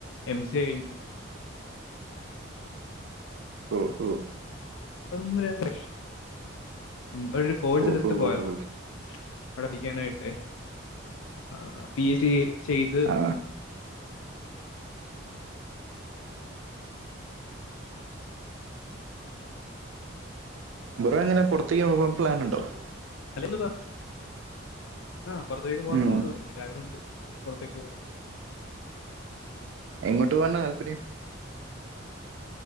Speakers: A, on the left; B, on the right.
A: എം സി എ കയ്ഞ്
B: ഓഹ് ഓഹോ
A: <unintelligible> ഉം അവടൊരു കോഴ്സെട്ത്ത്
B: ഓ ഹോ
A: പോയതാ
B: ഹോ ഹോ
A: അവിടെ പഠിക്കാനായിട്ട് ആഹ് പി എച്ച്ഡി ചെയ്ത്
B: ആ ബ്രോ എങ്ങനെ പൊറത്തേക്ക് പോവാം പ്ലാനൊണ്ടോ?
A: അല്ലേന്ന് പർ ആഹ് പുറത്തേക്ക് പോവാൻ
B: ഉം
A: നോക്കുന്ന്. എനിക്ക് ആഗ്രഹുണ്ട് പുറത്തേക്ക് പോകാൻ
B: എങ്ങോട്ട് പോവാന്നാ താല്പര്യം